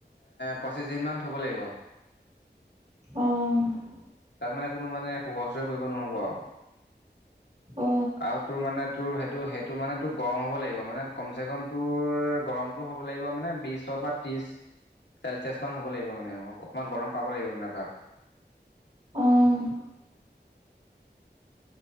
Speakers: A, on the left (about 75°); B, on the right (about 40°).
A: পঁচিছ দিনমান থ'ব লাগিব।
B: অঁহ।
A: তাত মানে কোনো মানে পোহৰ চোহৰ পৰিব নহ'ব আৰু।
B: অ
A: আৰু তোৰ মানে তোৰ সেইটো সেইটো মানে তোৰ গৰম হ'ব লাগিব মানে কমচেকম তোৰ গৰম তোৰ হ'ব লাগিব মানে বিশৰ পৰা ত্ৰিশ চেলচিয়ছ মান হ'ব লাগিব মানে অকণমান গৰম পাব লাগিব মানে ভাপ
B: অ',
A: অহ